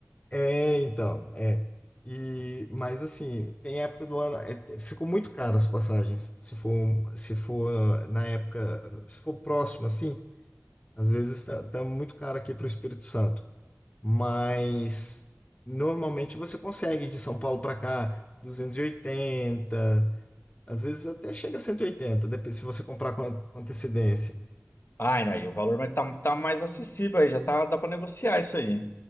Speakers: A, on the left; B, on the left.
A: É, então, é. E, mas assim, tem época do ano. é, te- ficou muito caro as passagens. Se for, um, se for ah, na época. Se for próximo, assim, às vezes tá, tá muito caro aqui para o Espírito Santo. mas normalmente você consegue de São Paulo para cá 280, às vezes até chega a 180, depende se você comprar com an- com antecedência.
B: Ai, aí o valor mas tá, tá mais acessível aí, já tá, dá pra negociar isso aí.